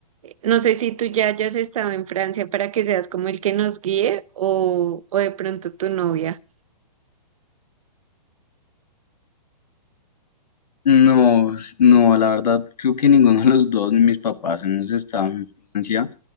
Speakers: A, on the right; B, on the left.
A: No sé si tú ya hayas estado en Francia para que seas como el que nos guíe o, o de pronto tu novia.
B: No, s- no, la verdad, creo que ninguno de los dos, mis papás hemos estado en Francia.